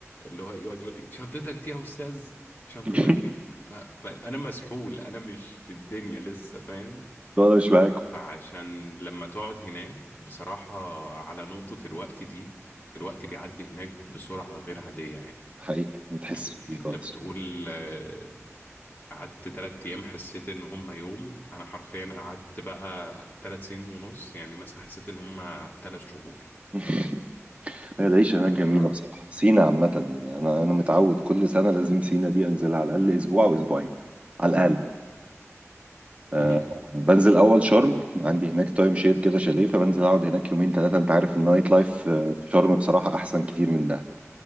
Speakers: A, on the left; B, on the right.
A: اللي هو يقعد يقول لي شنطتك دي يا استاذ شنطتك
B: <laughs>
A: دي فانا مسحول انا مش في الدنيا لسه فاهم
B: لا انا مش معاكم
A: فعشان لما تقعد هناك بصراحة على نقطة الوقت دي الوقت بيعدي هناك بسرعة غير عادية يعني
B: حقيقي ما تحسش
A: يعني
B: بيه
A: انت
B: خالص
A: بتقول آه، قعدت تلات أيام حسيت إن هما يوم أنا حرفيا قعدت بقى تلات سنين ونص يعني مثلا حسيت إن هما تلات شهور
B: <laughs> هي العيشة هناك جميلة
A: ف
B: بصراحة سينا عامة يعني أنا أنا متعود كل سنة لازم سينا دي أنزلها على الأقل أسبوع أو أسبوعين على الأقل أه
A: مم.
B: بنزل أول شرم عندي هناك تايم شير كده شاليه فبنزل أقعد هناك يومين ثلاثة أنت عارف النايت لايف آه، في شرم بصراحة أحسن كتير من ده